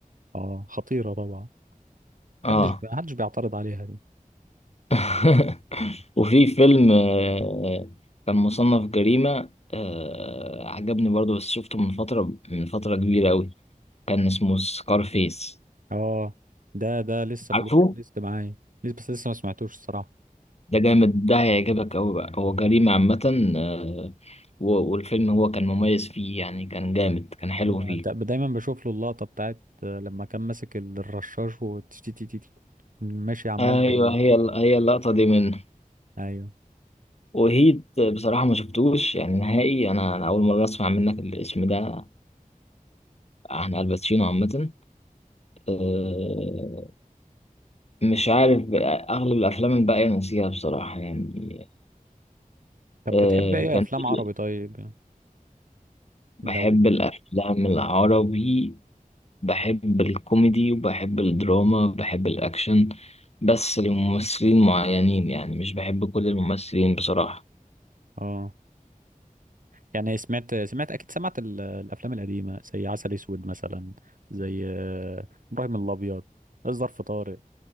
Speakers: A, on the right; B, on the left.
A: اه خطيرة طبعا
B: اه
A: محدش ب... محدش بيعترض عليها دي
B: <laughs> وفي فيلم آه، كان مصنف جريمة آه، عجبني برضو بس شفته من فترة من فترة كبيرة أوي كان اسمه سكارفيس
A: اه ده ده لسه
B: عارفه؟
A: في الواتش ليست معايا لسه بس لسه ما سمعتوش الصراحة
B: ده جامد ده هيعجبك أوي بقى هو جريمة عامة آه، و- والفيلم هو كان مميز فيه يعني كان جامد كان حلو
A: ايوه
B: فيه
A: دا- دايما بشوف له اللقطه بتاعت آه، لما كان ماسك الرشاش وتشتي تي تي تي ماشي عمال
B: أيوه
A: بي
B: هي ال- هي اللقطة دي منه
A: ايوه
B: وهيت بصراحة ما شفتوش يعني نهائي أنا أنا أول مرة أسمع منك الاسم ده عن الباتشينو عامة آه، مش عارف بقى، أغلب الأفلام الباقية نسيها بصراحة يعني
A: طب
B: آه،
A: بتحب ايه
B: كان
A: افلام
B: في-
A: عربي طيب
B: بحب
A: لو
B: الأفلام العربي بحب الكوميدي وبحب الدراما بحب الأكشن بس لممثلين معينين يعني مش بحب كل الممثلين بصراحة
A: اه يعني سمعت سمعت اكيد سمعت ال- الافلام القديمه زي عسل اسود مثلا زي آه، ابراهيم الابيض الظرف طارق